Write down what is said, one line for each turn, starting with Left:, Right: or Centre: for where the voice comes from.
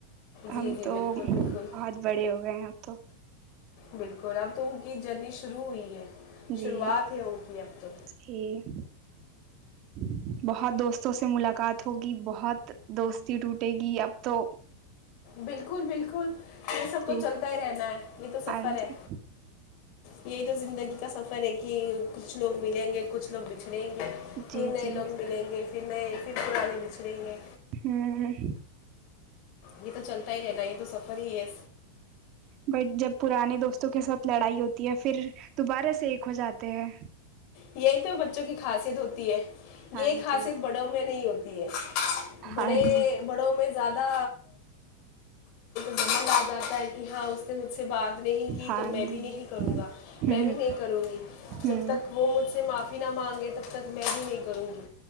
Left: جی
Right: ہم
Left: جی
Right: تو
Left: بالکل
Right: بہت
Left: بالکل
Right: بڑے ہو گئے ہیں اب تو
Left: بالکل اب تو کی جرنی شروع ہوئی ہے
Right: جی
Left: شروعات ہے ان کی اب تو
Right: جی بہت دوست دوستوں سے ملاقات ہوگی بہت دوستی ٹوٹے گی اب تو
Left: بالکل بالکل یہ سب تو
Right: جی
Left: چلتا ہی رہتا ہے یہ تو سفر
Right: ہاں
Left: ہے
Right: جی
Left: یہی تو زندگی کا سفر ہے کہ کچھ لوگ ملیں گے کچھ لوگ بچھڑیں گے پھر
Right: جی
Left: نئے
Right: جی
Left: لوگ ملیں گے پھر نئے پھر پرانے بچھڑیں گے
Right: ہوں
Left: یہ تو چلتا ہی رہنا یہ تو سفر ہی ہے
Right: بٹ جب پرانے دوستوں کے ساتھ لڑائی ہوتی ہے پھر دوبارہ سے ایک ہو جاتے ہیں
Left: یہی تو بچوں کی خاصیت ہوتی ہے یہی
Right: ہاں
Left: خاصیت
Right: جی
Left: بڑوں میں نہیں ہوتی پی ایس
Right: ہاں
Left: بڑے
Right: جی
Left: بڑوں میں زیادہ جمنند آ جاتا ہے کہ ہاں اس نے مجھ سے بات نہیں کی
Right: ہاں
Left: تو میں بھی
Right: جی
Left: نہیں کروں گا
Right: ہوں
Left: میں بھی
Right: ہ
Left: نہیں کروں گی
Right: ہوں
Left: جب تک وہ مجھ سے معافی نہ مانگے تب تک میں بھی نہیں کروں گی